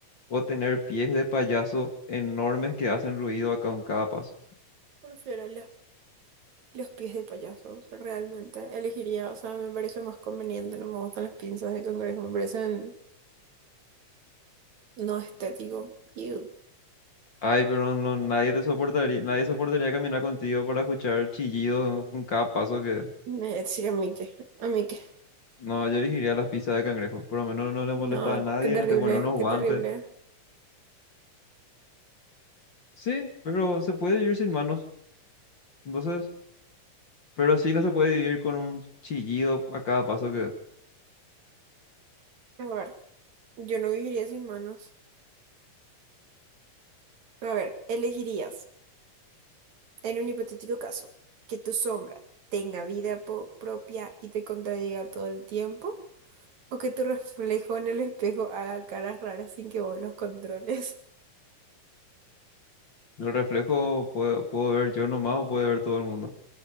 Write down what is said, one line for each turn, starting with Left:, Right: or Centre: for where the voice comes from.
Left: o tener pies de payaso enormes que hacen ruido a con cada paso.
Right: Prefiero los, los pies de payasos, realmente. Elegiría, o sea, me parece más conveniente, no me gustan las pinzas de cangrejo, me parecen no estético. Ew.
Left: Ay, pero no, nadie te soportaría, nadie soportaría caminar contigo para escuchar chillidos con cada paso que...
Right: Me decía a mí que, a mí que.
Left: No, yo elegiría las pizzas de cangrejo. Por lo menos no le
Right: No,
Left: molesta a nadie,
Right: qué terrible,
Left: te pone unos guantes.
Right: qué terrible.
Left: Sí, pero se puede vivir sin manos. Entonces, pero sí no se puede vivir con un chillido a cada paso que...
Right: A ver. Yo no viviría sin manos. No, a ver, elegirías, en un hipotético caso, que tu sombra tenga vida po- propia y te contradiga todo el tiempo, o que tu reflejo en el espejo haga caras raras sin que vos los controles.
Left: El reflejo puedo, puedo ver yo nomás o puede ver todo el mundo.